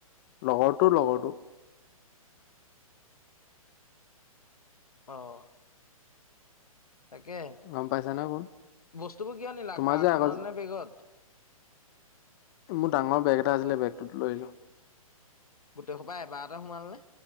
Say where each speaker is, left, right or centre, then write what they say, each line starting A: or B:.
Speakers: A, on the left; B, on the left.
A: লগৰটোৰ লগৰটো
B: অ', তাকে
A: গম পাইছা নহয় কোন
B: বস্তুবোৰ কিয় নিলা
A: তোমাৰ
B: কাৰটান
A: যে আগত
B: নে বেগত
A: মোৰ ডাঙৰ বেগ এটা আছিলে বেগটোত লৈ আহিলো
B: গোটেইখোপা এবাৰতে সোমালেনে